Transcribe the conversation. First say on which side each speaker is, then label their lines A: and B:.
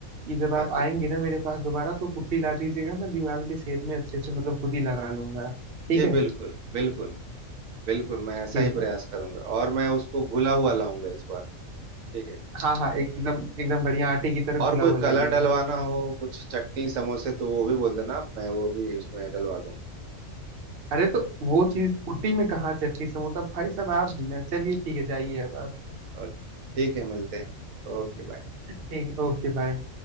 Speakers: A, on the right; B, on the right.
A: कि जब
B: हाँ
A: आप
B: जी
A: आएंगे ना मेरे पास दोबारा तो पुट्टी ला दीजिएगा मैं दीवार के छेद में अच्छे से मतलब खुद ही लगा लूंगा ठीक
B: जी
A: है
B: बिल्कुल बिल्कुल बिल्कुल मैं ऐसा
A: ठीक
B: ही प्रयास
A: है
B: करूंगा और मैं उसको घुला हुआ लाऊंगा इस बार ठीक है
A: हाँ हाँ एकदम
B: ठीक।
A: एकदम बढ़िया आटे की तरह
B: और
A: घुला
B: कोई
A: हुआ लाइएगा
B: कलर डलवाना हो कुछ चटनी समोसे तो वो भी बोल देना मैं वो भी उसमें डलवा दूँ
A: अरे तो वो चीज पुट्टी में कहाँ चटनी समोसा भाई साहब आप भी ना चलिए ठीक है जाइए अब आप
B: अ, ठीक है मिलते हैं Okay bye
A: ठीक है ओके बाय